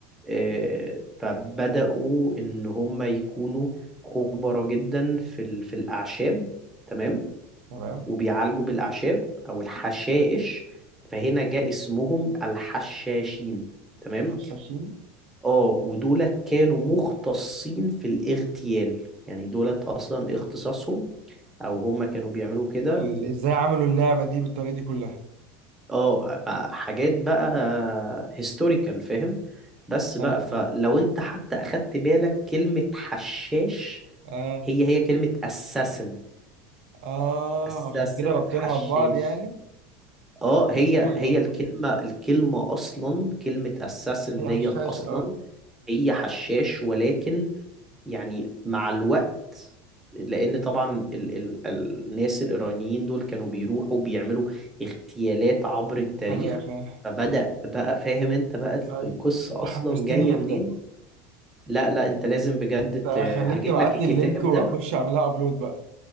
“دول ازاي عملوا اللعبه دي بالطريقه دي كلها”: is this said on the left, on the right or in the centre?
Right